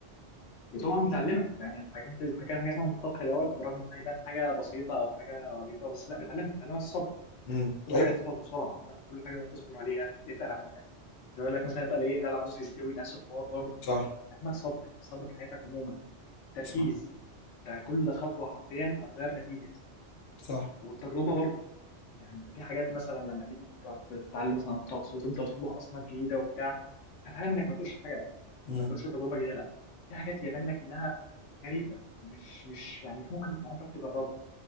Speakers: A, on the left (about 85°); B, on the left (about 60°).
A: وطبعا بتعلمك يعني الحاجات دي الحاجات حاجات عن الطبخ دوت برغم ان هي يبان حاجه بسيطه او حاجه عبيطه بس لا بتعلمك بتعلمك الصبر
B: امم
A: كل
B: ايوه
A: حاجه تخلص بسرعه لا كل حاجه اصبر عليها اتقل عليها زي ما يقول لك مثلا اتقل ايه اتقل على الرز يستوي نفس الحوار برضه
B: صح
A: بتعلمك صبر صبر في حياتك عموما تركيز
B: صح
A: انت كل خطوه حرفيا هتغير نتيجه
B: صح
A: والتجربه برضه يعني انت في حاجات مثلا لما تيجي تت- تتعلم مثلا الطبخ وتبدا تطبخ اصناف جديده وبتاع هتعلم انك ما تقولش الحاجه
B: مم.
A: ما تقولش تجربه جديده لا في حاجات يبان لك انها غريبه مش مش يعني مش ممكن عمرك تجربها